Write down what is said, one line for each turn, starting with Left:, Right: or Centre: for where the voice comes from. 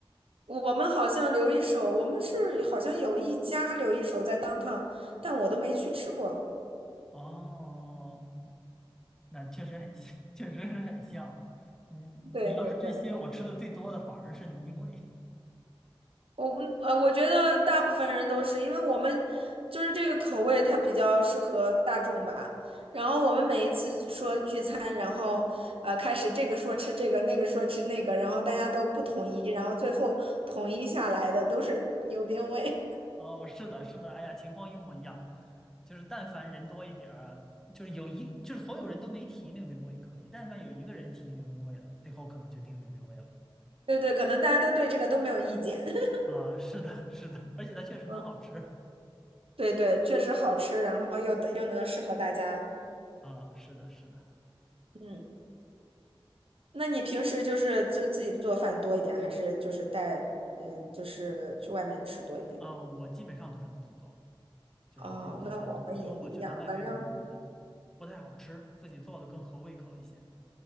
Right: 我们好像留一手，我们是好像有一家留一手在当 o 但我都没去吃过。
Centre: 哦，哦哦那确实很像，<laughs> 确实是很像。嗯，
Right: 对对对。
Centre: 你要是这些，我吃的最多的反而是牛冰味。
Right: 我呃，我觉得大部分人都是，因为我们就是这个口味，它比较适合大众吧。然后我们每一次说聚餐，然后呃开始这个说吃这个，那个说吃那个，然后大家都不统一，然后最后统一下来的都是 <laughs> 牛鞭味。
Centre: 哦，是的，是的，哎呀，情况一模一样。就是但凡人多一点儿，就是有一，就是所有人都没提牛冰味可以，但凡有一个人提牛冰味了，最后可能就定牛冰味了。
Right: <laughs> 对对，可能大家都对这个都没有意见。<laughs>
Centre: 啊，是的，是的，而且它确实蛮好吃。
Right: 嗯，对对，确实好吃，然后又又能适合大家。
Centre: 啊，是的，是的，
Right: 嗯，那你平时就是就自己做饭多一点，还是就是带嗯就是去外面吃多一点？
Centre: 啊，我基本上都是自己做。就是自己做饭多一点，
Right: 哦，那我们也一样，
Centre: 因为我觉得外面儿的不太好吃，
Right: 反正
Centre: 自己做的更合胃口一些。